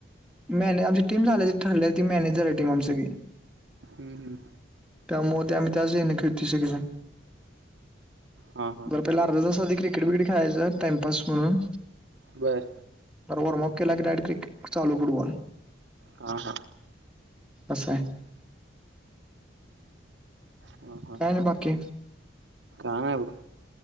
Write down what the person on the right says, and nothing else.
हम्म हम्म.
हा हा
बरं.
हा हा.
ह ह.
काय नाही. बघ.